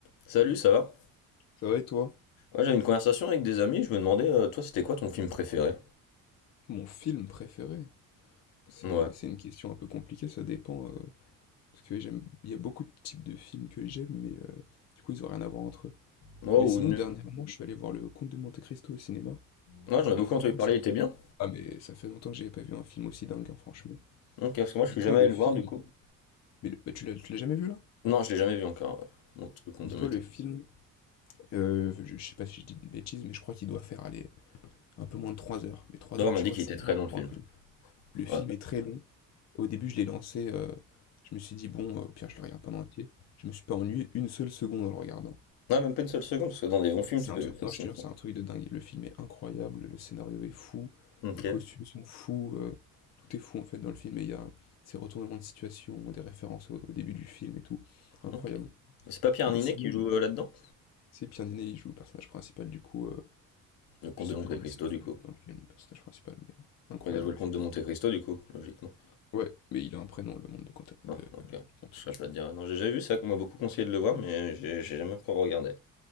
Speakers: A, on the left; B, on the left.
A: Salut, ça va?
B: Ça va et toi?
A: Ouais, j'avais une conversation avec des amis, je me demandais, euh, toi, c'était quoi ton film préféré?
B: Mon film préféré? C'est
A: Ouais.
B: c'est une question un peu compliquée, ça dépend. euh, parce que j'aime, il y a beaucoup de types de films que j'aime, mais euh, du coup, ils ont rien à voir entre eux.
A: Moi,
B: Mais
A: ou...
B: sinon,
A: ne-
B: dernièrement, je suis allé voir Le Comte de Monte-Cristo au cinéma.
A: Ouais, j'en ai
B: Et
A: beaucoup
B: franchement,
A: entendu parler,
B: ça...
A: il était bien?
B: Ah, mais ça fait longtemps que j'avais pas vu un film aussi dingue, hein, franchement.
A: Ok, parce que moi, je
B: Dis-toi
A: suis jamais
B: le
A: allé
B: film...
A: le voir, du coup.
B: Mais le- bah, tu l'as tu l'as jamais vu, là?
A: Non, je l'ai jamais vu encore, ouais. Mon truc qu'on
B: Dis-toi
A: me mettait.
B: le film...
A: comme ça.
B: euh, je, je sais pas si je dis une bêtise, mais je crois qu'il doit faire, aller un peu moins de 3 heures. Mais 3
A: Non,
B: heures,
A: on m'a
B: tu
A: dit
B: vois,
A: qu'il
B: c'est
A: était
B: énorme
A: très long,
B: pour
A: le film.
B: un film. Le film
A: Ouais.
B: est très long. Au début, je l'ai lancé, heu, je me suis dit: «Bon, heu, au pire, je le regarde pas en entier». Je me suis pas ennuyé une seule seconde en le regardant.
A: Ouais, même pas une seule seconde, parce que dans des bons films,
B: C'est
A: tu
B: un
A: peux
B: truc
A: vivre facilement.
B: non, je te jure, c'est un truc de dingue. Le film est incroyable, le scénario est fou,
A: Ok,
B: les costumes sont fous, heu, tout est fou, en fait, dans le film et il y a ces retournements de situation, des références au au début du film et tout. Incroyable.
A: ok. Mais C'est pas Pierre
B: Mais
A: Ninet
B: sinon,
A: qui joue
B: non.
A: euh, là-dedans?
B: c'est Pierre Niney, il joue le personnage principal, du coup, heu,
A: Le comte
B: je sais
A: de Monte-Cristo,
B: plus comment il s'appelle,
A: du coup.
B: heu, dans le film, le personnage principal, mais incroyable,
A: Ouais, Il a joué
B: le
A: le comte
B: film.
A: de Monte-Cristo, du coup, logiquement.
B: Ouais, mais il a un prénom, le monde de Quentin de,
A: Ah,
B: heu,
A: ok.
B: Conte,
A: Je sais
B: tu
A: pas
B: vois?
A: te dire. Non, j'ai déjà vu ça, qu'on m'a beaucoup conseillé de le voir, mais j'ai j'ai jamais encore regardé.